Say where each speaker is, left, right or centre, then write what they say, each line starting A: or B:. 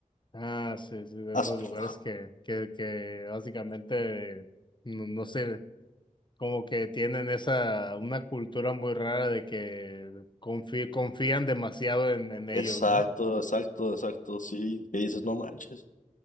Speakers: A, on the left (about 35°); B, on the left (about 75°).
A: Ah, sí, sí, de
B: así.
A: esos lugares
B: <gasps>
A: que, que, que básicamente, no, no sé, como que tienen esa, una cultura muy rara de que confi- confían demasiado en, en ellos,
B: Exacto,
A: ¿no?
B: exacto, exacto, sí. que dices, no manches.